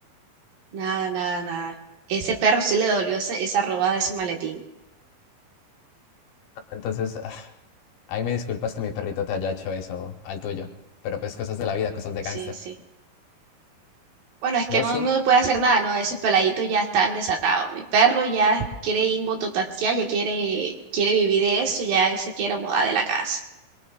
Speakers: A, on the right; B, on the left.
A: Nada, nada, nada. Ese perro sí le dolió ese- esa robada de ese maletín.
B: Entonces, ah, ahí me disculpas que mi perrito te haya hecho eso al tuyo, pero pues cosas de la vida, cosas de
A: Sí,
B: gángster.
A: sí, sí. Bueno, es
B: No,
A: que
B: sí.
A: no, no puede hacer nada, ¿no? Esos peladitos ya están desatados. Mi perro ya quiere invototaxiar, ya quiere, quiere vivir de eso, ya se quiere mudar de la casa.